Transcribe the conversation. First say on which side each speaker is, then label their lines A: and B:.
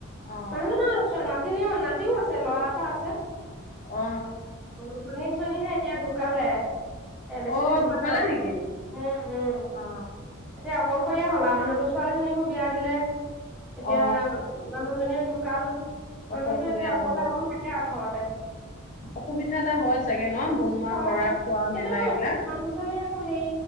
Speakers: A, on the left; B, in the centre.
A: অ
B: মানুহজন <unintelligible> তিনিও নাতিও আছে ল'ৰা এটা আছে।
A: অ
B: অ শুনি জনীহে এতিয়া ঢুকালে। এ বেছি
A: অ
B: দিন হোৱা
A: ঢুকালে
B: নাই।
A: নেকি
B: উম উম
A: অ
B: এতিয়া অকল সৈয়া হলা মানুহতো ছোৱালীজনীকো বিয়া দিলে। এতিয়া
A: অ
B: মানুহজনীওঢ কাল
A: অকলশৰীয়া
B: মানুহতো এতিয়া অকলে
A: হৈ গল
B: অকলে থাকে আৰু ঘৰত ত
A: অসুবিধা এটা হয় চাগে ন বনোৱা
B: হয়
A: কৰা খোৱা
B: কিন্তু
A: মেলা এইবিলাক
B: মানুহজনে আকৌ হেই